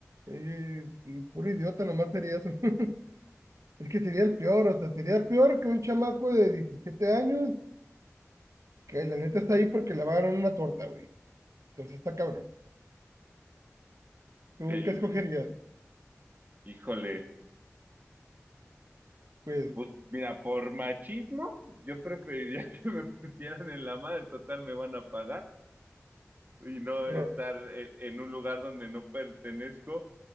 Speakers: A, on the right (about 85°); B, on the right (about 40°).
A: Eh, puro idiota, nomás sería eso. <laughs> Es que sería el peor, o sea, sería peor que un chamaco de 17 años Que la neta está ahí porque le va a dar una torta, güey. Entonces está cabrón. ¿Tú
B: Eh,
A: qué escogerías?
B: híjole,
A: Pues,
B: pues mira, por machismo, yo preferiría <laughs> que me pusieran en la madre, total me van a pagar y no
A: pero...
B: estar eh, en un lugar donde no pertenezco